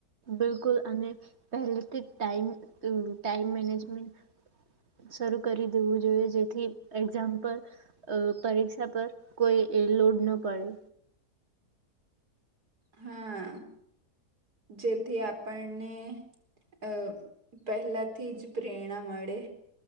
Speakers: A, on the right (about 45°); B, on the right (about 80°).
A: બિલકુલ અને પહેલેથી ટાઈમ ટાઈમ મેનેજમેન્ટ શરૂ કરી દેવું જોઈએ જેથી એક્ઝામ્પલ અ પરીક્ષા પર કોઈ લોડ ન પડે.
B: હા જેથી આપણને અ પહેલાથી જ પ્રેરણા મળે.